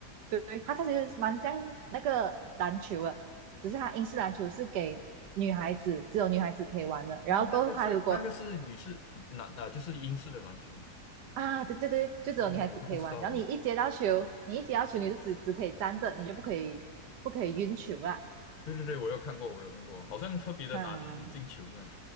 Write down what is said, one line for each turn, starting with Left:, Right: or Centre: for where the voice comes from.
Right: 对，它它其实蛮像那个篮球的，只是它英式篮球是给女孩子，只有女孩子可以玩的。
Left: 哦，
Right: 然后过后，
Left: 那个是那个是女士篮啊，
Right: 它如果
Left: 就是英式的篮球
Right: 啊，对对对，就只有女孩子可以玩。
Left: 啊，我都不知道诶。
Right: 然后你一接到球，你一接到球，你就只只可以站着，你就不可以不可以运球啦。
Left: 对对对，我有看过，我有看过，好像特别的难进球这样，
Right: 啊，